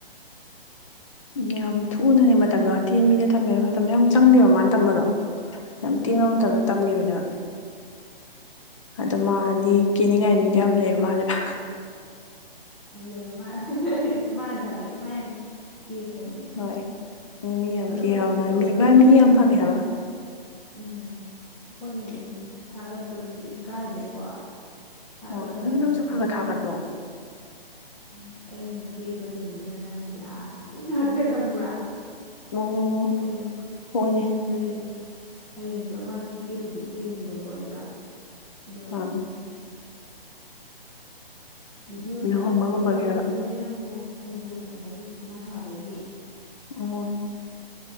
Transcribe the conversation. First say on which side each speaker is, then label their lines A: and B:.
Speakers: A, on the left (about 30°); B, in the centre.
A: ꯌꯥꯝ ꯊꯨꯅꯅꯦ ꯃꯇꯝꯗꯣ ꯑꯇꯦꯟꯕꯤꯗ ꯊꯝꯃꯦꯕ ꯃꯇꯝꯗꯣ ꯌꯥꯝ ꯆꯪꯗꯦꯕ ꯃꯥꯅ ꯇꯝꯕꯗꯣ ꯌꯥꯝ
B: ꯑꯥ
A: ꯇ‌ꯦꯟꯕ ꯃꯇꯝꯗ ꯇꯝꯈꯤꯕꯅꯦꯕ ꯑꯗꯣ ꯃꯥꯗꯤ ꯀ‌ꯦꯅꯤꯡꯉꯥꯏ ꯃꯤꯗꯣ ꯌꯥꯝ ꯂꯩꯔ ꯃꯥꯜꯂꯦꯕ
B: ꯂꯩꯕ ꯃꯥꯜ <unintelligible> ꯃꯥꯅ ꯊꯥꯒꯠꯂꯛꯏ ꯃꯥ ꯌꯥꯝ ꯀꯦꯀꯣꯅꯦ
A: ꯍꯣꯏ ꯎꯝ ꯃꯤ ꯌꯥꯝ
B: ꯑꯗ‌ꯣ
A: ꯀꯤꯍꯕ
B: ꯀꯩꯅꯣꯁꯨ
A: ꯃꯥ
B: ꯇꯧꯗꯕꯩꯅꯤꯗ
A: ꯃꯤ ꯃꯥ ꯃꯤ ꯌꯥꯝ ꯐꯪꯉꯦ ꯍꯥꯏꯕ
B: ꯎꯝ ꯑꯩꯈꯣꯏꯅ <unintelligible> ꯊꯥꯒꯠꯄꯗꯨꯁꯨ ꯏꯀꯥꯏꯕꯩꯀꯣ ꯊꯥꯒꯠꯇꯕꯗꯅꯦ
A: ꯍꯣꯏ ꯑꯗ‌ꯣ ꯅꯪꯁꯨ ꯈꯔ ꯈꯔ ꯊꯥꯒꯠꯂꯣ
B: ꯎ ꯑꯩꯅ ꯀꯦꯕꯁꯤꯡꯁꯤꯅ ꯅꯪ ꯄꯨꯔꯥ <unintelligible> ꯉꯥꯛꯇ ꯈꯪꯕ꯭ꯔꯥ
A: ꯑꯣ
B: ꯍꯌꯦꯡ
A: ꯍꯣꯏꯅꯦ
B: ꯍꯌꯦꯡ ꯍꯌꯦꯡꯗꯣ ꯑꯃ ꯀꯦꯕꯨꯗꯤ ꯀꯦꯅꯤꯕꯀꯣ ꯑꯩꯗ‌ꯣ ꯑꯗꯨꯒ
A: ꯑꯪ
B: ꯁꯨꯝ ꯚꯤꯗꯤꯑꯣꯅ
A: ꯂꯨꯍꯣꯡꯕꯒꯨꯝꯕꯒꯤꯔꯕ
B: ꯑꯁ ꯐꯣꯟꯁꯤꯁꯨꯅꯦ ꯅꯪꯕꯨ ꯎꯝ ꯂꯨꯍꯣꯡꯕꯒꯤ ꯃꯉꯥ ꯊꯥꯕꯒꯤ
A: ꯑꯣ